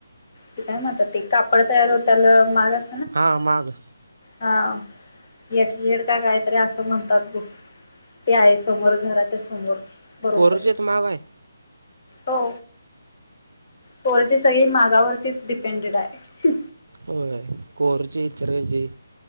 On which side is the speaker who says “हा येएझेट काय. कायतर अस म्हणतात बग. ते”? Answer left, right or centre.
Left